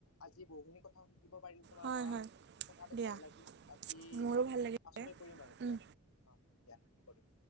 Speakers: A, on the left; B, on the right.
A: আজি বহুখিনি কথাও শিকিব পাৰিম। তোমাৰ
B: হয়,
A: পৰা,
B: হয়
A: কথা পাতি
B: দিয়া।
A: ভালো লাগিল বাকী।
B: মোৰো ভাল লাগিলে।
A: পাচলৈ কৰিম আৰু
B: উম।
A: দিয়া অ' দিয়া হ'ব দিয়া।